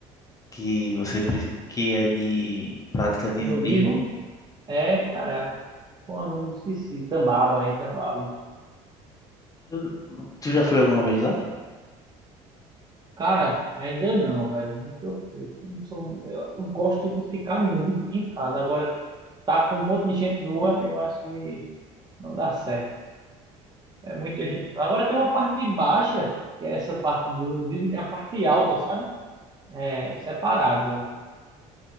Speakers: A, on the left; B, on the right.
A: que você pre- que é de prática de
B: E nudismo?
A: nudismo. né?
B: É, caraca. Pô, não me esqueci. Tambaba, hein, Tambaba.
A: Eu- Tu já foi alguma vez lá?
B: Cara, ainda não, velho. Nunca fui. Eu, não sou- eu, eu gosto de ficar nu em casa. Agora, tá com um monte de gente nua, eu acho que não dá certo. É muita gente. Agora tem uma parte baixa, que é essa parte do nudismo, tem a parte alta, sabe? É, separado lá.